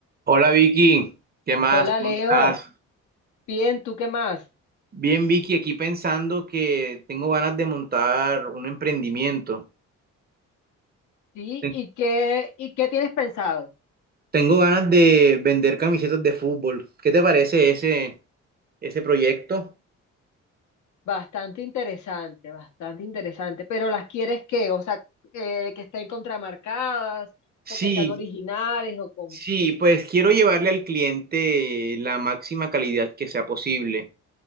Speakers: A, on the right (about 30°); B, on the left (about 75°).
A: Hola Vicky, ¿qué más?
B: Hola
A: ¿Cómo
B: Leo,
A: estás?
B: bien, ¿tú qué más?
A: Bien Vicky, aquí pensando que tengo ganas de montar un emprendimiento.
B: Sí,
A: Ten-
B: ¿y qué, y qué tienes pensado?
A: Tengo ganas de vender camisetas de fútbol. ¿Qué te parece ese, ese proyecto?
B: Bastante interesante, bastante interesante, pero ¿las quieres qué? O sea, eh, que estén contramarcadas
A: Sí,
B: o que sean originales o como...
A: sí, pues quiero llevarle al cliente la máxima calidad que sea posible.